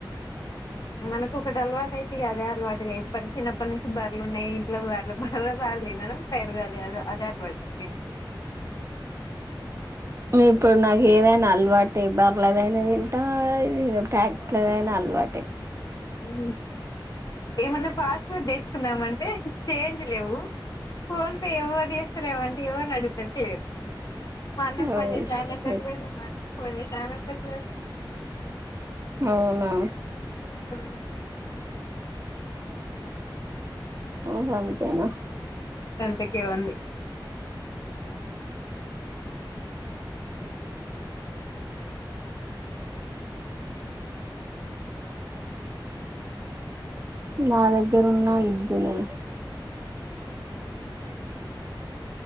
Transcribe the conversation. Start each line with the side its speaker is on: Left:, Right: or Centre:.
Left: మనకు ఒకటి అలవాటు అయితే ఇగ అదే అలవాటుగా ఇప్ప చిన్నప్పటి నుంచి బర్లున్నాయి. ఇంట్లో బర్లు బర్రె పాల్ తినడం పెరుగు అది అదె అదే అలవాటు అయిపోయింది
Right: ఇప్పుడు
Left: అసలు
Right: నాకు ఏదైనా అలవాటయిదా అలాగైనా తింటా ఇగ ప్యాకిట్లదైన అలవాటె.
Left: ఊ ఏమన్నా ఫాస్ట్ ఫుడ్ తెచ్చుకుందామంటె చేంజ్ లెవు ఫోన్ పే ఎవరు చేస్తారు ఏం అంటె ఎవరిని అడుగుతా చేయరు మా అన్నక్
Right: ఓ
Left: ఫోన్ చేసినా
Right: షట్
Left: అయినంక ఎట్ల చేద్దామా అని పోని టైమ్ ఎట్ల పో
Right: అవునా
Left: ఆ
Right: ఔనంతెనా
Left: తెచ్చేవన్ని
Right: నా దగ్గరున్న ఇద్దునే